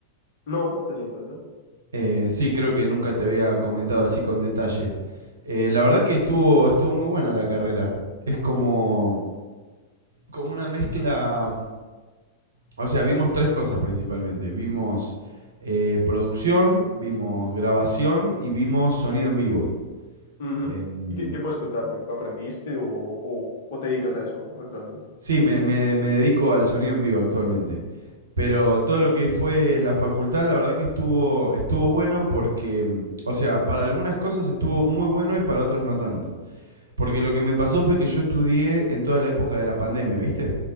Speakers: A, on the left (about 55°); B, on the right (about 70°).
A: No, no tenía en cuenta.
B: Eh, sí, creo que nunca te había comentado así con detalle. Eh, la verdad que estuvo, estuvo muy buena la carrera. Es como, como una mezcla. O sea, vimos tres cosas principalmente. Vimos eh, producción, vimos grabación y vimos sonido en vivo.
A: Ujú.
B: Em,
A: ¿Y qué, qué puedes contarme? ¿Aprendiste o, o, o te dedicas a eso actualmente?
B: sí, me, me- me dedico al sonido en vivo actualmente. Pero todo lo que fue la facultad, la verdad que estuvo, estuvo bueno porque, mm, o sea, para algunas cosas estuvo muy bueno y para otras no tanto. Porque lo que me pasó fue que yo estudié en toda la época de la pandemia, ¿viste?